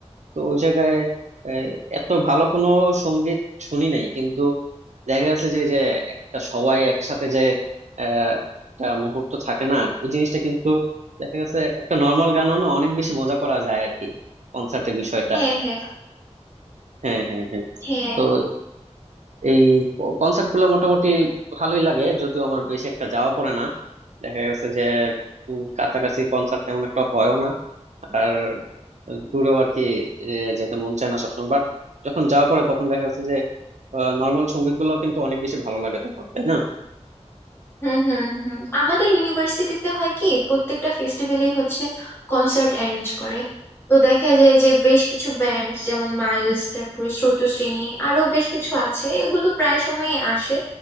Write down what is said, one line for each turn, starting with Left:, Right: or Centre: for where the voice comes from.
Right: তো ওই জায়গায় আহ, এত ভালো কোনো সঙ্গীত শুনি নাই কিন্তু দেখা যাচ্ছে যে যে একটা সবাই একসাথে যে আহ, একটা মুহূর্ত থাকে না ওই জিনিসটা কিন্তু দেখা গেছে একটা নর্মাল গানও না অনেক বেশি মজা করা যায় আর কি কনসার্টের বিষয়টা
Left: হ্যাঁ হ্যাঁ
Right: হ্যাঁ হ্যাঁ হ্যাঁ
Left: হ্যাঁ
Right: তো এই কনসার্ট গুলো মোটামুটি ভালোই লাগে যদিও আমার বেশি একটা যাওয়া পড়ে না দেখা গেছে যে উম, কাছাকাছি কনসার্ট তেমন একটা হয়ও না আর দূরেও আর কি এ, যেতে মন চায় না সবসময় বাট যখন যাওয়া পড়ে তখন দেখা যাচ্ছে যে নর্মাল সঙ্গীত গুলো কিন্তু অনেক বেশি ভালো লাগে তখন তাই না
Left: হুম হুম হুম আমাদের ইউনিভার্সিটিতে হয় কি প্রত্যেকটা ফেস্টিভ্যালেই হচ্ছে কনসার্ট অ্যারেঞ্জ করে তো দেখা যায় যে বেশ কিছু ব্যান্ড যেমন মাইলস তারপরে স্রোতশ্রেণী আরো বেশ কিছু আছে এগুলো প্রায় সময়ই আসে